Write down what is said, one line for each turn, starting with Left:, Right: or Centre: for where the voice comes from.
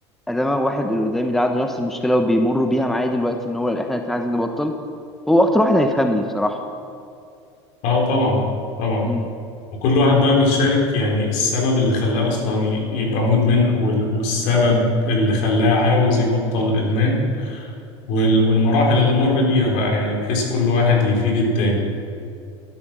Centre: أدام واحد اللي قدامي ده عنده نفس المشكلة وبيمر بيها معايا دلوقتي إن هو إحنا الاتنين عايزين نبطل هو أكتر واحد هيفهمني بصراحة
Left: اه طبعا طبعا
Centre: مم.
Left: وكل واحد بقى بيشارك يعني السبب اللي خلاه أصلا ي- يبقى مدمن وال- والسبب اللي خلاه عاوز يبطل الإدمان وال- والمراحل اللي مر بيها بقى يعني بحيث كل واحد يفيد التاني